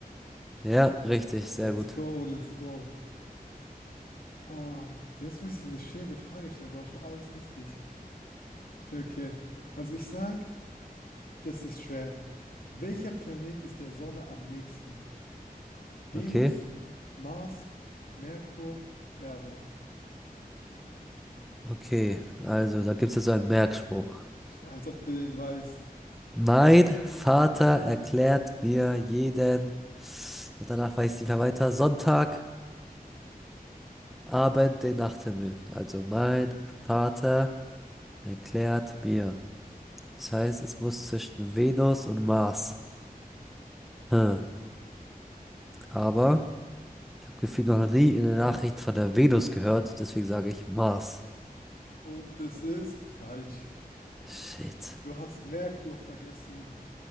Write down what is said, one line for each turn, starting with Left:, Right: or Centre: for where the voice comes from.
Centre: Ja, richtig, sehr
Left: Let's
Centre: gut.
Left: go, let's go. Boah, jetzt muss ich dir eine schwere Frage stellen. Du hast schon alles richtig. Okay, okay. Also ich sag, das ist schwer. Welcher Planet ist der Sonne am nächsten? Venus,
Centre: Okay,
Left: Mars, Merkur, Erde.
Centre: okay. Also, da gibt es jetzt so einen Merkspruch.
Left: Als ob du den weißt.
Centre: Mein Vater erklärt mir jeden, und danach weiß ich nicht mehr weiter, Sonntagabend den Nachthimmel. Also mein Vater erklärt mir. Das heißt, es muss zwischen Venus und Mars. Hm. Aber ich habe gefühlt noch nie in der Nachricht von der Venus gehört, deswegen sage ich Mars.
Left: Und das ist falsch.
Centre: Shit.
Left: Du hast Merkur vergessen.